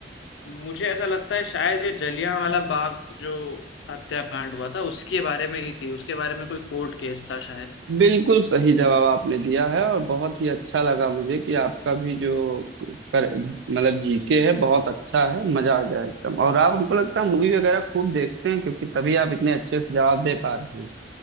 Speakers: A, on the left; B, on the right.
A: मुझे ऐसा लगता है शायद ये जलियांवाला बाग जो हत्याकांड हुआ था उसके बारे में ही थी उसके बारे में कोई कोर्ट केस था शायद
B: बिल्कुल सही जवाब आपने दिया है और बहुत ही अच्छा लगा मुझे कि आपका भी जो कर, मतलब जीके है बहुत अच्छा है मजा आ गया एकदम और आप हमको लगता है मूवी वगैरह खूब देखते हैं क्योंकि तभी आप इतने अच्छे से जवाब दे पा रहे हैं